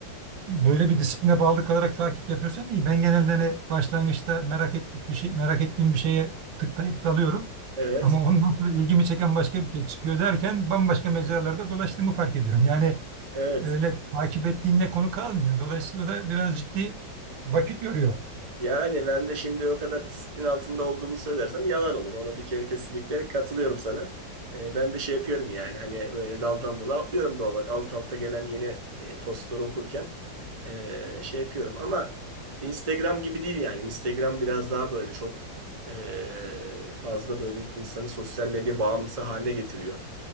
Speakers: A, on the right; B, on the right.
A: böyle bir disipline bağlı kalarak takip yapıyorsan iyi. Ben genelde hani başlangıçta merak ettik bir şey, merak ettiğim bir şeye tıklayıp dalıyorum.
B: evet
A: Ama ondan sonra ilgimi çeken başka bir şey çıkıyor derken bambaşka mecralarda dolaştığımı fark ediyorum. Yani
B: evet
A: öyle takip ettiğinle konu kalmıyor. Dolayısıyla da biraz ciddi vakit yoruyor.
B: Yani ben de şimdi o kadar disiplin altında olduğumu söylersem yalan olur. Ona bir kere kesinlikle katılıyorum sana. Ee, ben de şey yapıyorum yani hani böyle daldan dala atlıyorum doğal olarak. Alt alta gelen yeni e, postları okurken e, şey yapıyorum. Ama Instagram gibi değil yani. Instagram biraz daha böyle çok e, fazla böyle insanı sosyal medya bağımlısı haline getiriyor.